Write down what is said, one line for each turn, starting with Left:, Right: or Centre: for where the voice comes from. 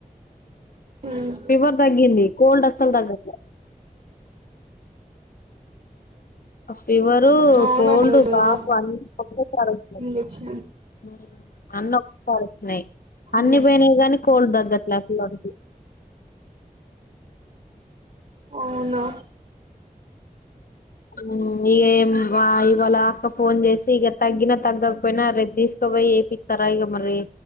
Right: ఉమ్,
Left: ఫీవర్ తగ్గింది. కోల్డ్ అసాల్ దగ్గట్లే ఫీవరు,
Right: అవునా
Left: కోల్డ్,
Right: నీవద్దు
Left: కాఫు
Right: కదా
Left: అన్ని ఒకటేసారి వచ్చినయ్
Right: ఇంజెక్షన్
Left: ఉమ్ అన్న ఒకసారి వచ్చినయ్, అన్ని
Right: ఉమ్,
Left: పోయినాయి గాని. కోల్డ్ దగ్గట్లాసాలే వాడికి
Right: అవునా
Left: ఉమ్ ఇగేం వాల్ వాళ్ళ అక్క ఫోన్ చేసి, ఇగ తగ్గిన, తగ్గకపోయినా రేపు తీసుక్ పోయ్ ఏపితారా ఇగ మరి